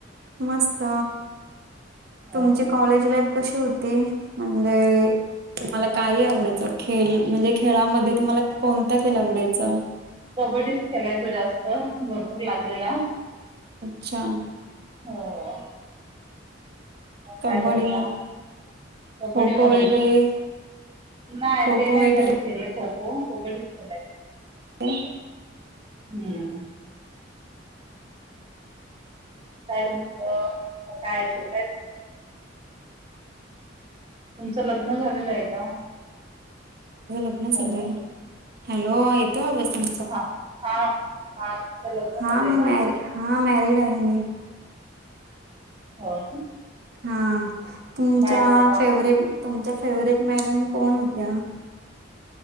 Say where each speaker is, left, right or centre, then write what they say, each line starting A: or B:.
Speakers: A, on the right (about 55°); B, on the right (about 30°).
A: मस्त
B: हो
A: तुमचे
B: ना
A: कॉलेज लाईफ कशी होती म्हणजे तुम्हाला काही आवडायचं खेल म्हणजे खेळामध्ये तुम्हाला कोणता खेल आवडायचा?
B: कबड्डीच खेलाचो जास्त भरपूर लागलेला.
A: अच्छा
B: हो. म
A: कबड्डी
B: काय बोलता
A: म
B: कबड्डी
A: खो खो
B: मध्येच
A: वगैरे
B: नाय
A: खो
B: ते
A: खो
B: नाय
A: वगैरे
B: कधी खेलेले खो खो कब्बडीच खेलायचे.
A: काय
B: हम्म काय तुमच्या मं काय छोटा हाय का तुमचं लग्न झालेलं आहे का?
A: माझं लग्न झालय.
B: हॅलो
A: हॅलो येतो आवाज तुम
B: हा हा हा तुमच लग्न
A: हा
B: झालंय
A: मी
B: का?
A: मॅर हा मॅरिड आहे मी.
B: होय न
A: हा तुमचा
B: बोलता
A: फेवरेट तुमच्या फेवरेट मॅडम कोण होत्या?